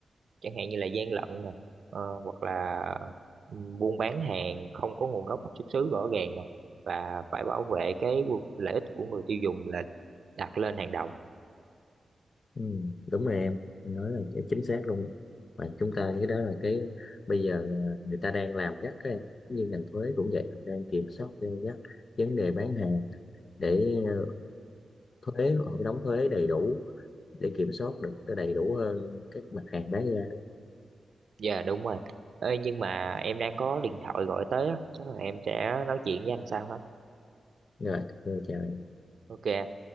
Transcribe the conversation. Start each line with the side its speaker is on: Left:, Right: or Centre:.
Right: chẳng hạn như là gian lận nè ờ, hoặc là ừ, buôn bán hàng không có nguồn gốc xuất xứ rõ ràng nè và phải bảo vệ cái quyền- lợi ích của người tiêu dùng là đặt lên hàng đầu
Left: ừ, đúng rồi em nói là chính xác luôn đó. mà chúng ta cái đó là cái bây giờ là người ta đang làm gắt các em như ngành thuế cũng vậy họ đang kiểm soát gay gắt vấn đề bán hàng để ờ, thuế họ phải đóng thuế đầy đủ để kiểm soát được nó đầy đủ hơn các mặt hàng bán ra
Right: dạ đúng rồi Ê, nhưng mà em đang có điện thoại gọi tới á chắc là em sẽ nói chuyện với anh sau ha
Left: rồi ok, chào
Right: ok